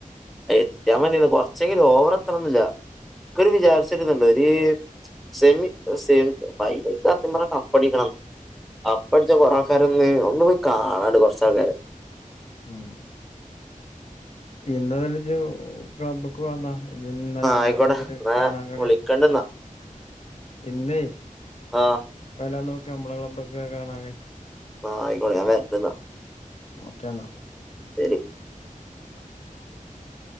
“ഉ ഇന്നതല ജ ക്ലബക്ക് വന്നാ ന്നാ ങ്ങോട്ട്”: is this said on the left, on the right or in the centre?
Left